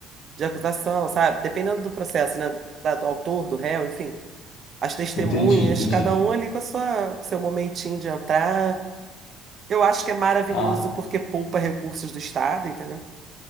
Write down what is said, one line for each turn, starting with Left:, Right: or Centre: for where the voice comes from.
Right: de acusação, sabe? Dependendo do processo, né? Da- do autor, do réu, enfim. As testemunhas,
Left: entendi, entendi.
Right: cada um ali com a sua, seu momentinho de entrar. Eu acho que é maravilhoso
Left: Ah,
Right: porque poupa recursos do Estado, entendeu?